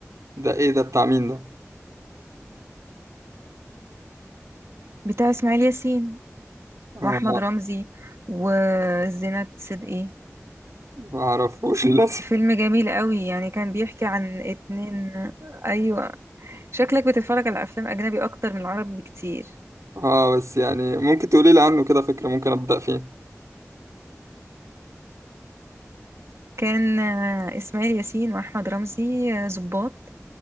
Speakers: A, on the right; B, on the right.
A: ده ايه ده بتاع مين ده
B: بتاع اسماعيل ياسين
A: اه
B: واحمد رمزي وزينات صدقي
A: ما اعرفوش <laughs> للاسف
B: فيلم جميل قوي يعني كان بيحكي عن اتنين ايوه شكلك بتتفرج على افلام اجنبي اكتر من العربي بكتير
A: اه بس يعني ممكن تقولي لي عنه كده فكره ممكن ابدا فيه
B: كان آه، إسماعيل ياسين وأحمد رمزي آه، ضباط